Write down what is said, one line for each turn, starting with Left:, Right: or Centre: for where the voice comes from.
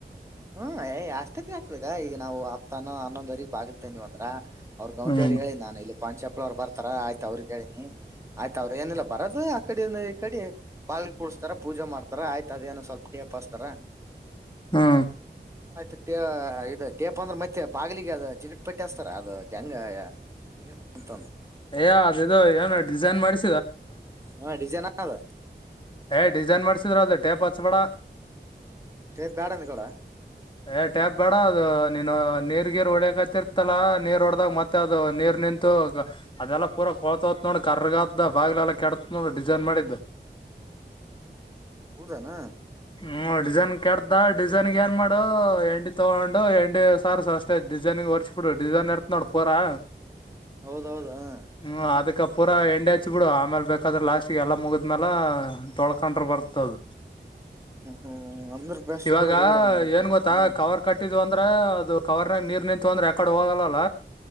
Right: ಹ್ಮ ಎಷ್ಟತಿ ಆಗ್ತದಗ ಈಗ ನಾವು ಹತ್ತೊನು ಹನ್ನೊಂದವ್ರಗಿ ಬಾಗಿಲ್ ತಂದಿವವಂದ್ರ ಅವ್ರ್ ಗೌಂಡ್
Left: ಹ್ಮ್
Right: ಅವರು ಹೇಳಿ ನಾನು ಇಲ್ಲಿ ಕಾಂಚೆಪ್ಳ ಅವ್ರು ಬರ್ತಾರ ಆಯ್ತ ಅವ್ರಿಗಿ ಹೇಳಿ ಹ್ಮ್ ಆಯ್ತ ಅವ್ರರು ಏನಿಲ್ಲ ಬರೋದು ಆ ಕಡಿ ಇಂದ ಈ ಕಡಿ ಬಾ ಪೋರ್ಟ್ಸ ಪೂಜೆ ಮಾಡ್ತಾರ ಆಯ್ತ ಅದೇನ ಸ್ವಲ್ಪ ಟಯಾಪಾಸ್ತರ
Left: ಹಾ
Right: ಆಯ್ತುಟೇ ಇದು ಟೇಪ್ ಅಂದ್ರೆ ಮತ್ತೆ ಬಾಗಲಿಗೆ ಅದು ಚಿಕ್ಕಟ್ ಪಟ್ಟಿ ಹಸ್ತಾರ ಅದು ಜಂಗ ನೀ ನಂತ
Left: ಏ ಅದಿದು ಏನು ಡಿಸೈನ್ ಮಾಡಿದ
Right: ಹಾ ಡಿಸೈನ್ ಆದ
Left: ಏ್ ಡಿಸೈನ್ ಮಾಡ್ಸಿದ್ರ ಅದ ಟೇಪ್ ಹಚ್ಬೇಡ
Right: ಟೇಪ್ ಬ್ಯಾಡ ಅಂದ ಗೌಡ
Left: ಏ್ ಟ್ಯಾಪ್ ಬೇಡ ಅದು ನೀನು ನೀರ್ ಗಿರ್ ಹೊಡಿಯಕ್ತ್ತರ್ತಲ್ಲ ನೀರ್ ಒಡ್ದಾಗ ಮತ್ತೆ ಅದು ನೀರ್ ನಂತ <unintelligible> ಅದೆಲ್ಲ ಪೂರ ಕೋಳ್ತವತ್ ನೋಡ ಕರ್ಗದ ಬಾಗ್ಲೆ ಎಲ್ಲಾ ಕೆಡತ ನೋಡ ಡಿಸೈನ್ ಮಾಡಿದ್ದ <inaudible>
Right: ಹೌದ ಏನ
Left: ಹ್ಮ ಡಿಸೈನ್ ಕೆಡತ ಡಿಸೈನ್ ಏನ್ ಮಾಡು ಎಂಡಿ ತಗೊಂಡು ಎಂಡಿ ಸಾರಸ ಅಷ್ಟೇ ಡಿಸೈನ್ ತೋರ್ರಿಸಬಿಡು ಡಿಸೈನ್ ಇರ್ತ್ ನೋಡ್ ಪೋರಾ
Right: ಹೌದೌದು ಹ
Left: ಹ್ಮ ಅದಕ ಪೂರಾ ಎಂಡೆ ಹಚ್ಚಿ ಬೀಡು ಆಮೇಲೆ ಬೇಕಾದ್ರೆ ಲಾಸ್ಟ್ಗೆ ಎಲ್ಲ ಮುಗಿದ್ಮೇಲ ತೊಳ್ಕೊಂಡ್ರ ಬರ್ತದ
Right: ಹ್ಮ್ ಅಂದ್ರ ಬೆಸ್ಟ್
Left: ಇವಾಗ
Right: ಬಿಡು ಗೌಡ ಹ್ಮ್
Left: ಏನ್ ಗೊತ್ತಾ ಕವರ್ ಕಟ್ಟಿದು ಅಂತ ಅಂದ್ರ ಅದು ಕವರ್ನಗ ನೀರ್ ನಿಂತು ಅಂದ್ರೆ ಯಕಡೆ ಹೋಗಲ್ಲಲ್ಲ